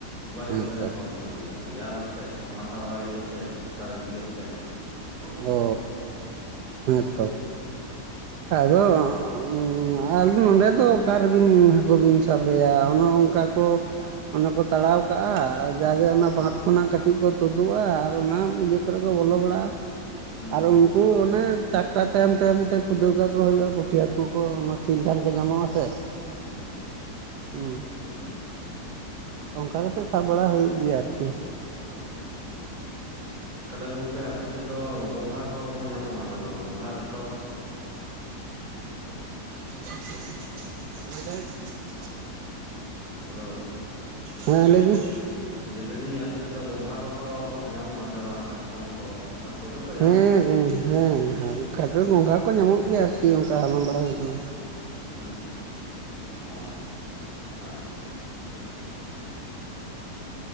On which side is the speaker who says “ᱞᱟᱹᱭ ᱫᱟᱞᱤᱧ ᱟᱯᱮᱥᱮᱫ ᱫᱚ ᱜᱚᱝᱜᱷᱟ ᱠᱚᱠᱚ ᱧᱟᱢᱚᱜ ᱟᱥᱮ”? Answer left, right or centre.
Right